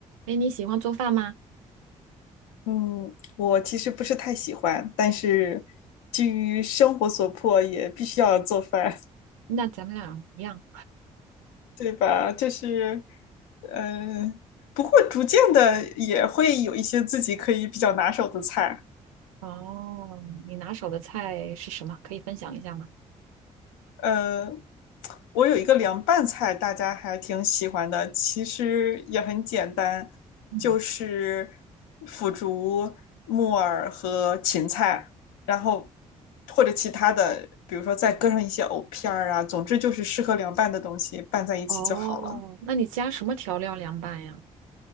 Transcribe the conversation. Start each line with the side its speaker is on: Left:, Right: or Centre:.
Right: 哎，你喜欢做饭吗？
Left: 嗯，我其实不是太喜欢，但是基于生活所迫，也必须要做饭，
Right: 那咱们俩一样。
Left: <laughs> 对吧？就是，嗯、不过逐渐的也会有一些自己可以比较拿手的菜。
Right: 哦，你拿手的菜是什么？可以分享一下吗？
Left: 呃，我有一个凉拌菜，大家还挺喜欢的，其实也很简单，
Right: 嗯，
Left: 就是腐竹、木耳和芹菜，然后或者其他的，比如说再搁上一些藕片儿啊，总之就是适合凉拌的东西拌在一起就好了。
Right: 哦，那你加什么调料凉拌呀？